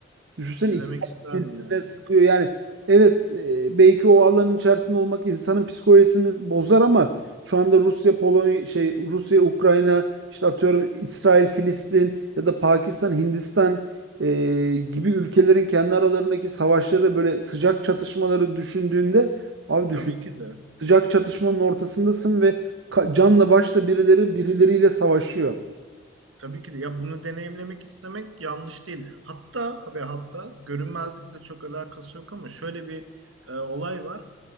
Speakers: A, on the right (about 65°); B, on the right (about 80°).
A: Düşünsene
B: İzlemek
A: iki
B: isterdim
A: birbirine
B: yani.
A: sıkıyor. Yani evet e, belki o alanın içerisinde olmak insanın psikolojisini bozar ama şu anda Rusya Polonya şey Rusya Ukrayna işte atıyorum İsrail Filistin ya da Pakistan Hindistan e, gibi ülkelerin kendi aralarındaki savaşları böyle sıcak çatışmaları düşündüğünde abi düşün
B: Tabii ki de.
A: sıcak çatışmanın ortasındasın ve ka- canla başla birileri birileriyle savaşıyor.
B: Tabii ki de ya bunu deneyimlemek istemek yanlış değil. Hatta ve hatta görünmezlikle çok alakası yok ama şöyle bir e, olay var.